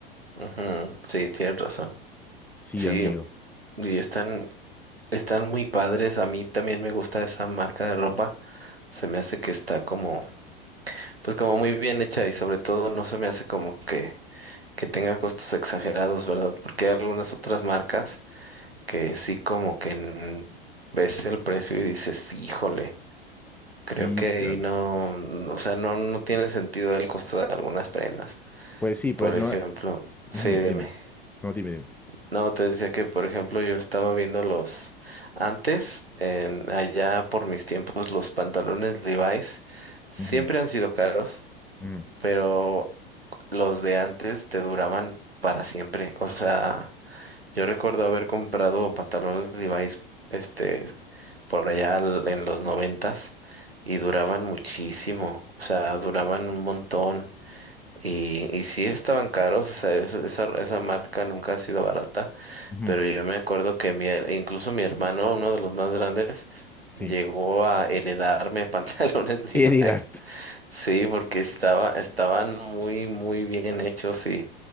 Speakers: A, on the right (about 80°); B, in the centre.
A: ujú, sí, tienes razón.
B: Sí,
A: Sí,
B: amigo.
A: y están Están muy padres, a mí también me gusta esa marca de ropa, se me hace que está como, pues como muy bien hecha y sobre todo no se me hace como que, que tenga costos exagerados, ¿verdad? Porque hay algunas otras marcas que sí como que n- ves el precio y dices, híjole, creo
B: Sí,
A: que
B: claro.
A: ahí no, n- o sea, no, no tiene sentido el costo de algunas prendas.
B: Pues sí, pues
A: Por
B: no.
A: ejemplo, sí,
B: ujú,
A: dime.
B: dime. No, dime, dime.
A: No, te decía que, por ejemplo, yo estaba viendo los antes, en allá por mis tiempos, los pantalones Levi's siempre
B: Ujú,
A: han sido caros,
B: ujú,
A: pero los de antes te duraban para siempre. O sea, yo recuerdo haber comprado pantalones Levi's, este, por allá al- en los noventas y duraban muchísimo. O sea, duraban un montón y, y sí estaban caros. O sea, esa, esa esa marca nunca ha sido barata
B: ujú,
A: pero yo me acuerdo que mi, her- incluso mi hermano, uno de los más grandes,
B: sí.
A: llegó a heredarme <laughs> pantalones Levi's.
B: Heredarte.
A: Sí, porque estaba, estaban muy, muy bien hechos y,